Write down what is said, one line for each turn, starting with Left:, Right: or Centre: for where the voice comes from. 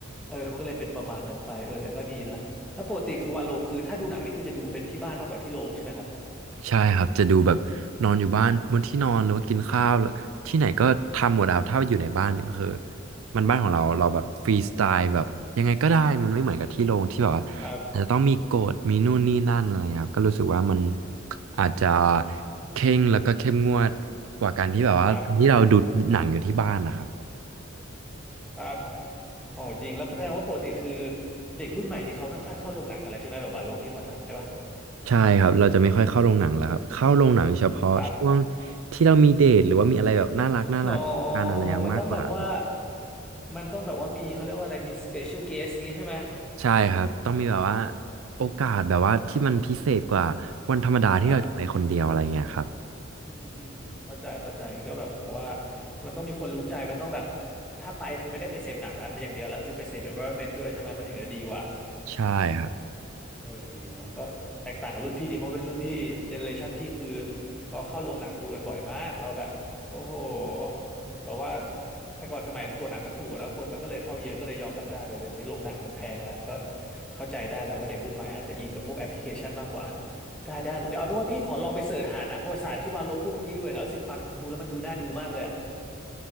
Centre: เออมันก็เลยเป็นประมาณนั้นไปเออแต่ก็ดีละ แล้วปกติคือวาโลคือถ้าดูหนังนี่คือจะดูเป็นที่บ้านมากกว่าที่โรงใช่ไหมครับ
Right: ใช่ครับจะดูแบบนอนอยู่บ้านบนที่นอนหรือว่ากินข้าวหรือที่ไหนก็ทำหมดแล้วถ้าอยู่ในบ้านก็คือ
Centre: อ
Right: มันบ้านของเราเราแบบฟรีสไตล์แบบยังไงก็ได้มันไม่เหมือนกับที่โรงที่แบบว่าอาจจะต้องมีกฎมีนู่นนี่นั่นอะไรครับก็รู้สึกว่ามัน
Centre: ครับ
Right: อาจจะเคร่งแล้วก็เข้มงวดกว่าการที่แบบว่าที่เราดูหนังอยู่ที่บ้านนะครับ
Centre: ครับครับอ๋อจริงแล้วแสดงว่าปกติคือเด็กรุ่นใหม่นี่เขาไม่ค่อยเข้าโรงหนังอะไรใช่ไหมแบบวาโลพี่ขอถามได้ปะ
Right: ใช่ครับเราจะไม่ค่อยเข้าโรงหนังแล้วครับเข้าโรงหนังเฉพาะช่วง
Centre: ครับ
Right: ที่เรามีเดทหรือว่ามีอะไรแบบน่ารักน่ารักกันอะไรมากกว่าครับ
Centre: <laughs> อ๋อมันต้องแบบว่ามันต้องแบบว่ามีเขาเรียกว่าอะไรมี special guest งี้ใช่ไหม
Right: ใช่ครับ ต้องมีแบบว่าโอกาสแบบว่าที่มันพิเศษกว่าวันธรรมดาที่เราจะไปคนเดียวอะไรเงี้ยครับ
Centre: ครับอืมอืมอืมเข้าใจเข้าใจงั้นก็แบบว่ามันต้องมีคนรู้ใจมันต้องแบบถ้าไปคือไม่ได้ไปเสพหนังแล้วมันอย่างเดียวแล้วคือไปเสพ environment ด้วยใช่ไหมมันถึงจะดีกว่า
Right: ใช่ครับ
Centre: เออดีเนาะก็แตกต่างกับรุ่นพี่ดีเพราะเป็นรุ่นพี่เจเนอเรชันพี่คือเราเข้าโรงหนังดูกันบ่อยมากเราแบบโอ้โหแบบว่าแต่ก่อนสมัยตัวหนังมันถูกอะนะคนมันก็เลยเข้าเยอะก็เลยยอมรับได้แต่เดี๋ยวนี้โรงหนังมันแพงแล้วก็เข้าใจได้แหละว่าเด็กรุ่นใหม่อาจจะอินกับพวกแอปพลิเคชันมากกว่าได้ได้เดี๋ยวเอาเป็นว่าพี่ขอลองไปเสิร์ชหาหนังประวัติศาสตร์ที่วาโลพูดเมื่อกี้ด้วยนะรู้สึกฟังดูแล้วมันดูน่าดูมากเลยอะ